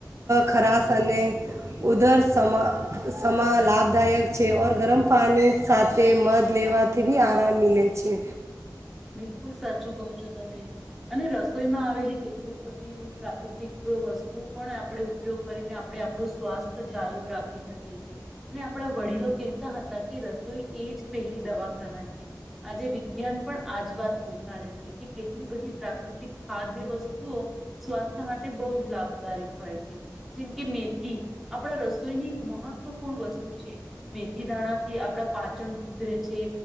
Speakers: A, on the right; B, in the centre.
A: ખરાશ અને ઉધર સમા સમા લાભદાયક છે ઓર ગરમ પાણી સાથે મધ લેવાથી બી આરામ મિલે છે
B: બિલકુલ સાચું કહો છો તમે અને રસોઈમાં આવેલી કેટલીક બધી પ્રાકૃતિક વસ્તુ હું પણ આપણે ઉપયોગ કરીને આપણે આપણું સ્વાસ્થ્ય ચાલુ રાખી શકીએ છી ને આપણા વડીલો કહેતા હતા કે રસોઈ એ જ પહેલી દવાખાના છે આજે વિજ્ઞાન પણ આજ વાત સ્વીકારે છે કે કેટલી બધી પ્રાકૃતિક ખાદ્ય વસ્તુઓ સ્વાસ્થ્ય માટે બહુ જ લાભદાયક હોય છે જેમ કે મેથી આપણા રસોઈની એક મહત્વપૂર્ણ વસ્તુ છે મેથી દાણાથી આપણા પાચન સુધરે છે